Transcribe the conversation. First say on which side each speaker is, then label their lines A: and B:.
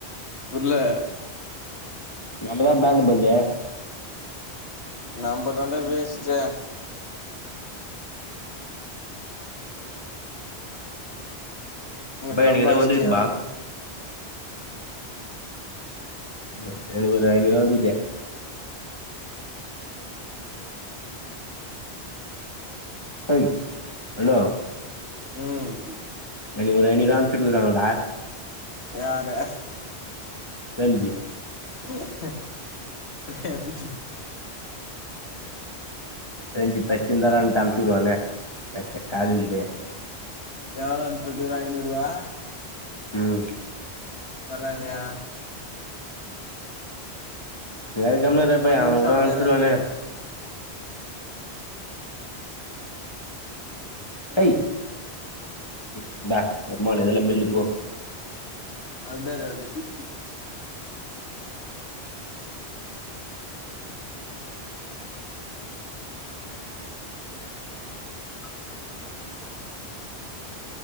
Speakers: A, on the left (about 75°); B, on the left (about 25°).
A: புர்ல
B: நம்மதா பாண்டு போல்து
A: நம்மதான்டா வேஷ்ட்டு இந்த
B: ப்பா
A: கம்பா
B: எனக்கு தோ வந்துகிது
A: அஷ்டியா
B: பா ஜஸ்ட் எனக்கு ஒரு ஐநூறுவா வந்துகிது ஏய் ஹலோ
A: ம்
B: எனக்கி ஒரு ஐநூறூபா அமிச்சிட்டுருக்காங்களா
A: யாரு
B: பிரேம்ஜி
A: ஹ ஹ ஹ
B: ரெண்டு பஷ்ஷூடு இந்தாரன்ட்டு அம்ச்சு வுடுவானே செத்த கால்லூலி பயன்
A: எவ்ளோ அம்சுட்டுருகா ஐநூறு ரூவா
B: ம்
A: பரவாலயா
B: ஏ கம்னுரு பயா
A: ஒரு நிமிஷோ
B: அவன் கூட
A: அப்டியே
B: அனுச்சுடுவானா
A: இர்றா சூரி ம்
B: ஏய்
A: அப்பா
B: இந்தா மொதல்ல இதெல்லா மெல்லு போ
A: அப்டே இரு வருட்டு <inaudible> ஆ